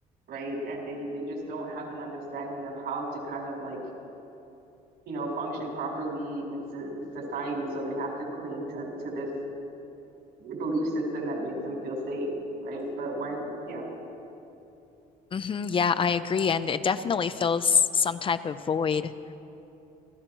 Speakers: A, on the right; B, on the left.
A: right? And they they just don't have an understanding of how to kind of like, you know, function properly in so society, so they have to cling to to this belief system that makes them feel safe, right? But when, yeah,
B: hmm yeah, I agree. And it definitely fills some type of void.